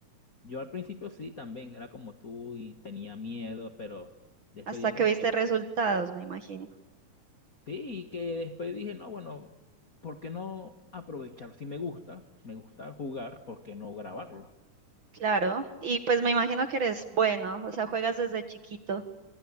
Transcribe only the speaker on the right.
hasta
que
viste
resultados, me imagino.
Claro, y pues me imagino que eres bueno, o sea, juegas desde chiquito.